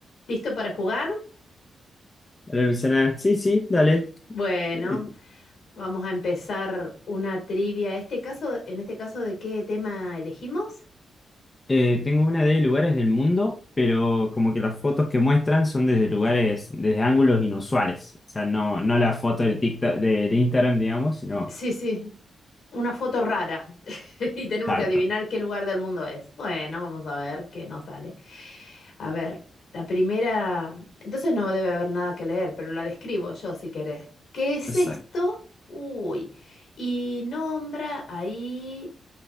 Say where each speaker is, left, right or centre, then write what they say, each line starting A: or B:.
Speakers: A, on the left; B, on the left.
A: ¿Listo para jugar?
B: Hola Luciana, sí, sí, dale.
A: Bueno,
B: Eh,
A: vamos a empezar una trivia. Este caso, en este caso, ¿de qué tema elegimos?
B: eh, tengo una de lugares del mundo, pero como que las fotos que muestran son desde lugares, desde ángulos inusuales. O sea, no, no la foto del TikTok, del Instagram, digamos, sino
A: Sí, sí, una foto rara. <laughs> Y tenemos
B: exacto.
A: que adivinar qué lugar del mundo es. Bueno, vamos a ver qué nos sale. A ver, la primera. Entonces no debe haber nada que leer, pero la describo yo si querés. ¿Qué es
B: Exacto.
A: esto? Uy. Y nombra ahí